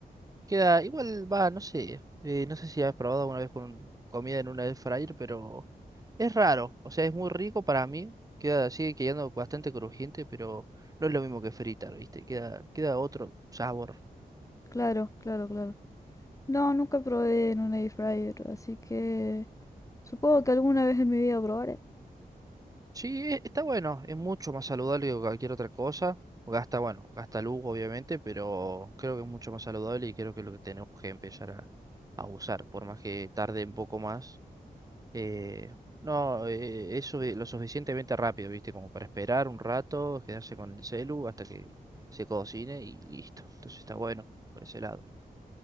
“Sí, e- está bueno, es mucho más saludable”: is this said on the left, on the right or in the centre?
Right